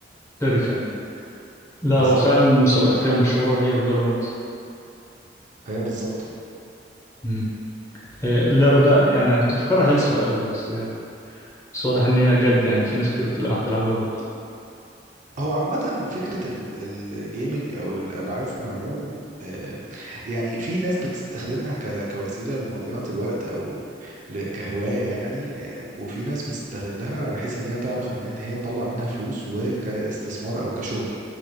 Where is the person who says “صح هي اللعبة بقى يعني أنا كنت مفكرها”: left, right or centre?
Left